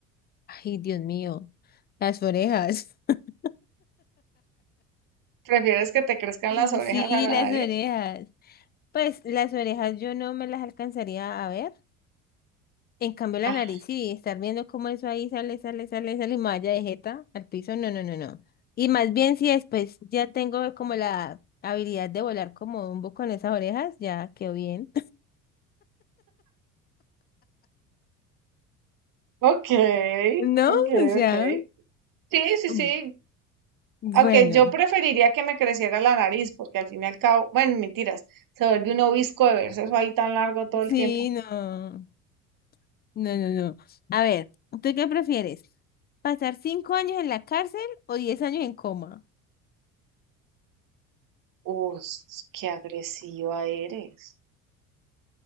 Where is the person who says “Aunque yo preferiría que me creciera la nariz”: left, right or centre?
Right